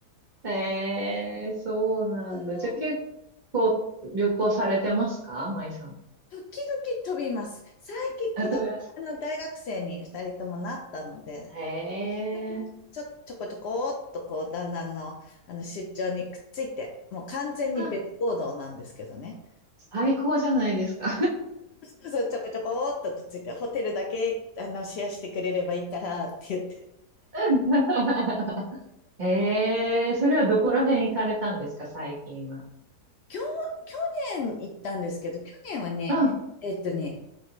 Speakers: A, on the right (about 30°); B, on the left (about 80°).
A: えー、そうなんだ。
B: <laughs> うんうん。
A: じゃあ結構旅行されてますか舞さん。
B: 時々飛びます。最近子供、
A: あ、飛びます。
B: あの、大学生に二人ともなったので、
A: えー、
B: でちょ、ちょこちょこっとこう、旦那の、あの、出張にくっついて、もう完全に別行動なんですけどね。
A: あ、最高じゃないですか。
B: そうそう、ちょこちょこっとくっついて、ホテルだけ、あの、シェアしてくれればいいからって言って。
A: <laughs> ええそれはどこら辺行かれたんですか、最近は。
B: 去、去年行ったんですけど、去年はね、
A: うん。あ
B: えっとね、